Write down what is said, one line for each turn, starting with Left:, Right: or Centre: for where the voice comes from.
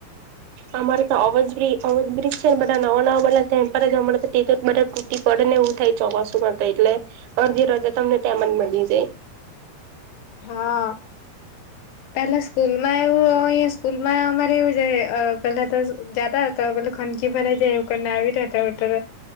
Right: અમારે તો અવજ બ અવજ બજ છેને ન નવા બદલા પર જ હમણા તેા તૂટી પડે નેવું થાય ચોમાસુમાં તો એટલે જે જ તમને ત્યાં જ મળી
Left: હા. પેલા સ્કૂલ માં એવું અહીં સ્કૂલમાં અમારે એવું છે પેલા તો જતા હતા. ખંગી ભરાઈ જાય એવુંને આવી રહ્યા હતા તો